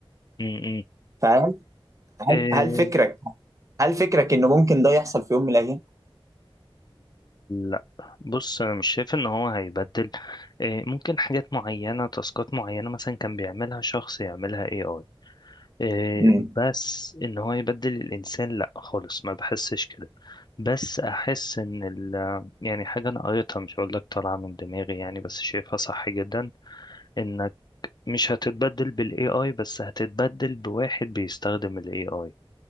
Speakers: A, on the left; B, on the right.
A: م- م.
B: فهل هل
A: إيه
B: هل فكرك هل فكرك انه ممكن ده يحصل في يوم من الايام؟
A: لا بص انا مش شايف ان هو هيبدل إيه ممكن حاجات معينة تاسكات معينة مثلا كان بيعملها شخص يعملها اي اي إيه
B: امم
A: بس ان هو يبدل الانسان لا خالص ما بحسش كده بس احس ان ال يعني حاجه انا قريتها مش هقول لك طالعه من دماغي يعني بس شايفها صح جدا انك مش هتتبدل بالاي اي بس هتتبدل بواحد بيستخدم الاي اي